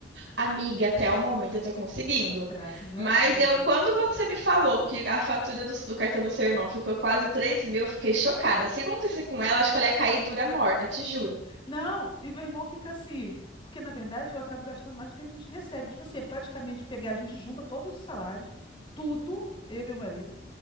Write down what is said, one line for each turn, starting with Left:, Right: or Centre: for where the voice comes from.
Right: Amiga, até o momento eu tô conseguindo.
Left: Graças a
Right: Mas
Left: Deus.
Right: eu, quando você me falou que a fatura do, do cartão do seu irmão ficou quase três mil, eu fiquei chocada. Se acontecesse com ela, acho que ela ia cair dura morta, te juro.
Left: Não, e meu irmão fica assim, porque na verdade eu acabo gastando mais do que a gente recebe. Tipo assim, é praticamente pegar, a gente junta todos os salários, tudo, eu e meu marido,